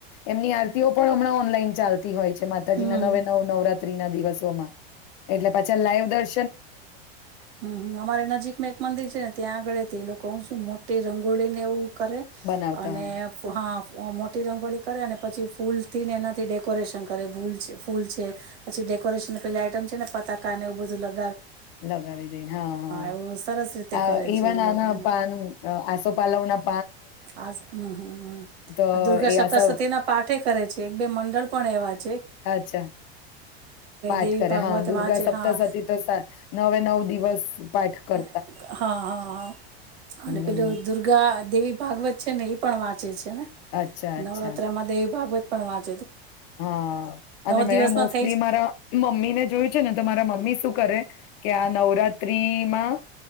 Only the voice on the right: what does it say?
હમ હમ હમ
હમ્મ અમારે નજીકમાં એક મંદિર છે ને ત્યાં આગળ તે લોક કોવ સુ મોટી રંગોળીને એવું. કરે
અને
હા ફ મોટી રંગોળી કરેને પછી ફૂલથી ને એનાથી ડેકોરેશન કરે <unintelligible> ફૂલ છે પછી કોરેશન પેલા આઈટમ છેને પતાકા ને એવું બઘું લ
એવું સરસ રીતે
કરે
છે એ
લોકો
આ હા,
દુર્ગા
સપ્તાસતીના
પાઠ એ કરે છે. એક બે મંડળ પણ એવાજ.
દેવી
ભાગવત
વાંચે
હા
હા, હા, હા અને પેલું
દુર્ગા દેવી ભાગવત છે ને એ પણ વાંચે છે.
નવરાત્રામાં દેવી ભાગવત પણ વાત
દિવસમાં
થઈ જ